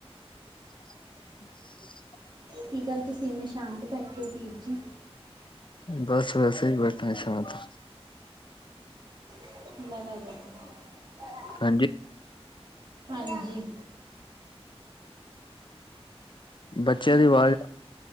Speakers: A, on the left (about 50°); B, on the right (about 45°).
A: <unintelligible>
B: ਕੀ ਗੱਲ ਤੁਸੀਂ ਇੰਨੇ ਸ਼ਾਂਤ ਬੈਠੇ ਹੋ ਵੀਰ ਜੀ।
A: ਬਸ ਵੈਸੇ ਹੀ ਬੈਠਾ ਸ਼ਾਂਤ।
B: <unintelligible>
A: ਹਾਂਜੀ।
B: ਹਾਂਜੀ।
A: ਬੱਚਿਆਂ
B: ਹੋਰ
A: ਦੀ ਆਵਾਜ਼